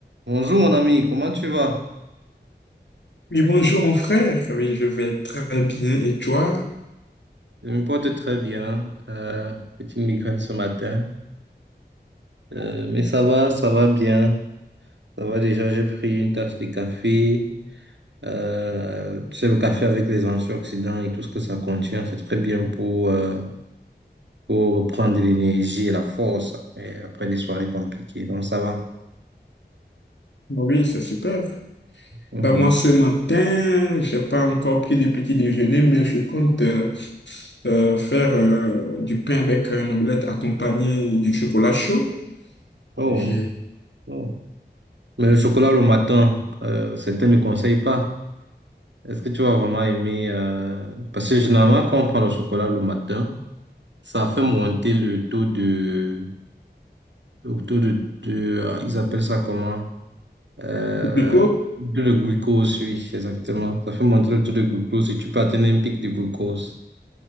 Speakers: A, on the right; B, on the left.
A: Bonjour mon ami, comment tu vas?
B: Oui, bonjour mon frère. Oui, je vais très bien. Et toi?
A: Je me porte très bien, euh, petite migraine ce matin, Euh, mais ça va, ça va bien. Ça va déjà, j'ai pris une tasse de café. Euh, tu sais, le café avec les antioxydants et tout ce que ça contient, c'est très bien pour, euh, pour reprendre de l'énergie et la force et après des soirées compliquées, donc ça va.
B: Oui, c'est super.
A: Mhm.
B: Bah, moi, ce matin, j'ai pas encore pris de petit déjeuner, mais je compte euh, euh, faire euh, du pain avec un omelette accompagné du chocolat chaud,
A: Oh,
B: J'ai-
A: oh. Mais le chocolat le matin, euh, certains ne conseillent pas. Est-ce que tu vas vraiment aimer euh, Parce que généralement, quand on prend le chocolat le matin, ça fait monter le taux de... Le taux de, de- ah, ils appellent ça comment? Euh,
B: du
A: de le glucose, oui, exactement. Ça fait monter le taux de glucose et tu peux atteindre un pic de glucose.